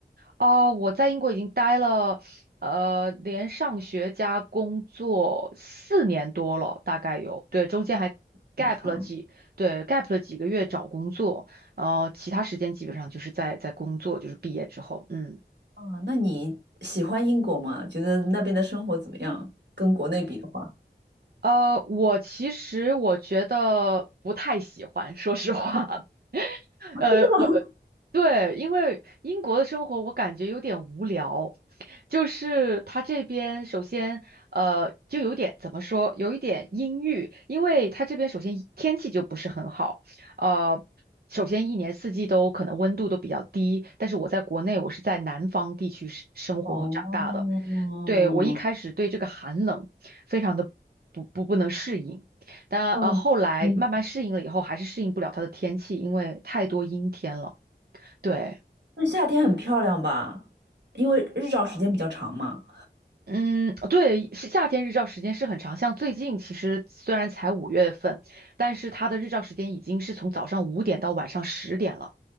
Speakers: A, on the right; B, on the right.
A: 哦，我在英国已经待了，呃，连上学加工作四年多了，大概有，对，中间还 gap
B: 很长。
A: 了几，对，gap 了几个月找工作，呃，其他时间基本上就是在在工作，就是毕业之后，嗯。
B: 啊，那你喜欢英国吗？觉得那边的生活怎么样？跟国内比的话，
A: 呃，我其实我觉得不太喜欢，说实话。<laughs>
B: 啊真的吗？
A: 呃，我对，因为英国的生活我感觉有点无聊，就是他这边首先呃就有点怎么说，有一点阴郁，因为他这边首先一天气就不是很好，呃。首先，一年四季都可能温度都比较低，但是我在国内，我是在南方地区生生活和长大的，
B: <laughs> 哦，
A: 对，我一开始对这个寒冷非常的不不不能适应，但呃后来慢慢适应了以后，
B: 嗯嗯，
A: 还是适应不了它的天气，因为太多阴天了。对，
B: 那夏天很漂亮吧？因为日照时间比较长嘛，
A: 嗯，对，是夏天日照时间是很长，像最近其实虽然才五月份，但是它的日照时间已经是从早上五点到晚上十点了。